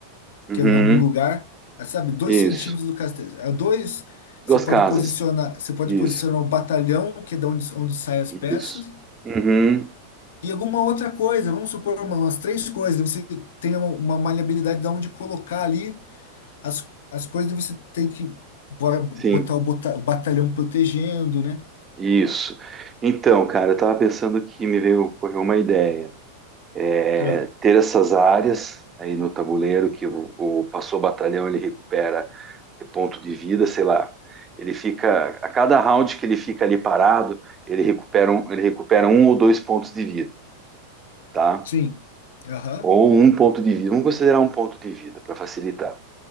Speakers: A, on the right; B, on the left.
A: Uhum,
B: que é em algum lugar, ah, sabe, dois
A: isso.
B: centímetros do castelo. é Dois,
A: Duas
B: você pode
A: casas.
B: posicionar, você pode
A: Isso,
B: posicionar o batalhão, que é de onde, onde saem as
A: isso.
B: peças,
A: Uhum,
B: e alguma outra coisa, vamos supor, uma- umas três coisas, você tem uma, uma maleabilidade de onde colocar ali as, as coisas, você tem que bo- botar
A: sim,
B: o bota- o batalhão protegendo, né?
A: isso. Então, cara, eu tava pensando que me veio, ocorreu uma ideia. é,
B: Ah,
A: ter essas áreas aí no tabuleiro que o, o passou o batalhão ele recupera é ponto de vida, sei lá. Ele fica a cada round que ele fica ali parado, ele recupera um, ele recupera um ou dois pontos de vida, tá?
B: Sim. Aham.
A: Ou um ponto de vida. Vamos considerar um ponto de vida para facilitar.